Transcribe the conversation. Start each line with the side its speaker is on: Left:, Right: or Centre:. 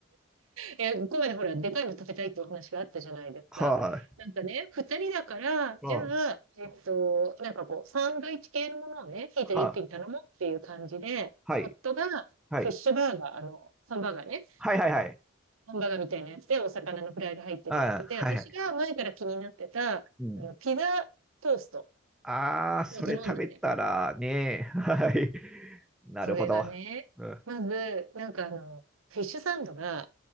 Right: え、ここまでほら、でかいの食べたいってお話があったじゃないですか。
Centre: <laughs> は
Right: なんかね、二人だから、
Centre: い。ああ。
Right: じゃあ、
Centre: は
Right: えっと、なんかこう、サンドイッチ系のものをね、一人一品頼もうっていう感じで、
Centre: あ。はい。
Right: 夫が
Centre: はい。
Right: フィッシュバーガー、あの、サンバーガーね、
Centre: はいはいはい。
Right: ハンバーガーみたいなやつで、お魚のフライが入ってるやつで、
Centre: ああ、はいはい。
Right: 私が前から気になってた、あの、
Centre: うん。
Right: ピザトースト
Centre: ああ、それ食べたらね。
Right: を頼んだんだよね
Centre: <laughs> はい。なるほど。
Right: それがね、
Centre: うん。
Right: まず、なんかあの、フィッシュサンドが、